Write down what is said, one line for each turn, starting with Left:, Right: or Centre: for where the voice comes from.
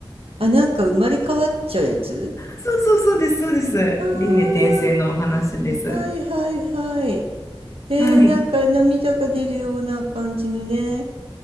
Right: あ、なんか生まれ変わっちゃうやつ
Left: そうそうそうです、そうです。
Right: ああー、
Left: 輪廻転生のお話です。
Right: なんか、はいはいはい。えー、
Left: はい、
Right: なんか涙が出るような感じのね。